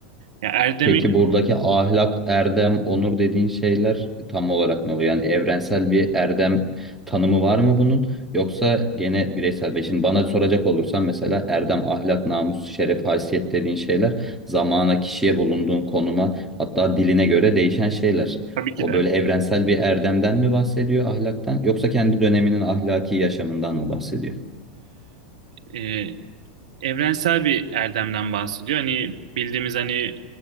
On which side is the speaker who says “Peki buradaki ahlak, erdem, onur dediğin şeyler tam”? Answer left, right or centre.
Centre